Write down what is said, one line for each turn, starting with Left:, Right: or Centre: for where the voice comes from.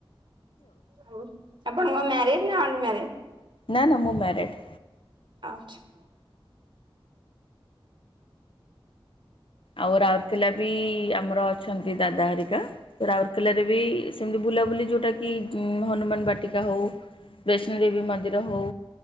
Right: ଆଉ ଆପଣଙ୍କ ମ୍ୟାରେଡ ନା ଅନ ମ୍ୟାରେଡ।
Left: ନାଁ ନାଁ ମୁଁ ମ୍ୟାରେଡ଼୍।
Right: ଆଚ୍ଛା।
Left: ଆଉ ରାଉରକେଲା ବି ଆମର ଅଛନ୍ତି। ଦାଦା ହରିକା ରାଉରକେଲାରେ ବି ସେମିତି ବୁ ବୁଲାବୁଲି ଯୋଉଟା କି ହନୁମାନ ବାଟିକା ହଉ ବୈଷ୍ଣ ଦେବୀ ମନ୍ଦିର ହଉ।